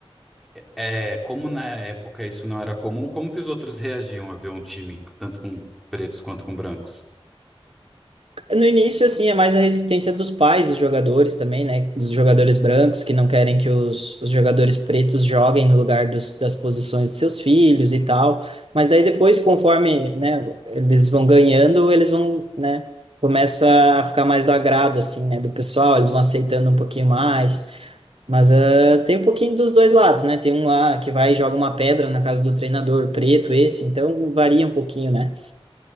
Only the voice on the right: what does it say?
No início, assim, é mais a resistência dos pais dos jogadores também, né, dos jogadores brancos que não querem que os, os jogadores pretos joguem no lugar dos, das posições de seus filhos e tal. Mas daí depois, conforme, né, eles vão ganhando, eles vão, né, começa a ficar mais do agrado, assim, né, do pessoal, eles vão aceitando um pouquinho mais. Mas ah, tem um pouquinho dos dois lados, né? Tem um lá que vai e joga uma pedra na casa do treinador, preto esse, então varia um pouquinho, né?